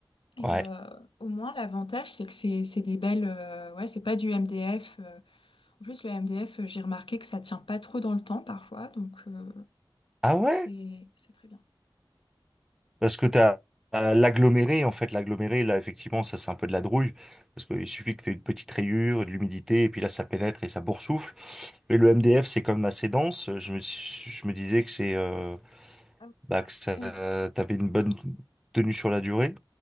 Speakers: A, on the left; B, in the centre.
A: Et
B: ouais.
A: euh, au moins, l'avantage, c'est que c'est c'est des belles, euh, ouais, c'est pas du MDF. euh. En plus, le MDF, euh, j'ai remarqué que ça tient pas trop dans le temps parfois, donc euh,
B: Ah ouais?
A: c'est c'est très bien.
B: Parce que t'as as l'aggloméré, en fait, l'aggloméré, là, effectivement, ça, c'est un peu de la douille, parce qu'il suffit que t'aies une petite rayure, de l'humidité, et puis là, ça pénètre et ça boursoufle. Mais le MDF, c'est quand même assez dense. Je me, suis- je me disais que c'est, euh,
A: Ah,
B: bah, que ça,
A: M-
B: t'avais une bonne tenue sur la durée.